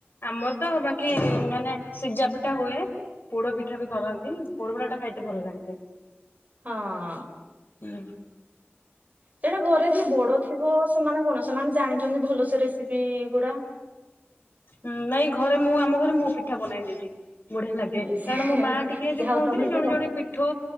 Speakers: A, on the left (about 55°); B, on the right (about 40°).
A: ଆମର ତ ବାକି ମାନେ ସିଜା ପିଠା ହୁଏ। ପୋଡ ପିଠା ବି କରନ୍ତି। ପୋଡପିଠା ଟା ଖାଇତେ ଭଲ ଲାଗେ।
B: ହଁଁ।
A: ହୁଁ।
B: ସେଟା ଘରେ ଯିଏ ବଡ ଥିବ ସେମାନେ କଣ ସେମାନେ ଜାଣିଛନ୍ତି ଭଲ ସେ ରେସିପି ଗୁଡା।
A: ହଁ ନାଇଁ ଘରେ ମୁଁ ଆମ ଘରେ ମୁଁ ପିଠା ବନାଏ ଦିଦି। ବଢିଆ ଲାଗେ।
B: ଏ ସେ
A: କାରଣ ମୋ ମା ଟିକେ
B: ଯାହା
A: ଯୋଉ
B: ହଉ
A: କୁହନ୍ତିନି
B: ତମେ
A: ଜଣେ
B: ତ
A: ଜଣେ ପିଠଉ